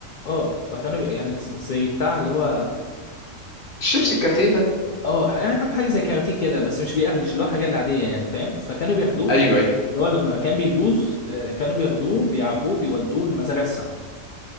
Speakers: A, on the left (about 75°); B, on the left (about 45°).
A: اه فكانوا بي... يعني ز- زي بتاع اللي هو
B: الشيبس الكاراتيه ده
A: اه ح- يعني عامل حاجه زي كاراتيه كده بس مش بيقرمش اللي هو حاجه العاديه يعني فاهم فكانوا بياخدوه
B: ايوه ايوه
A: اللي هو لما كان بيبوظ آه، كانوا بياخدوه بيعبوه بيودوه لمزارع السمك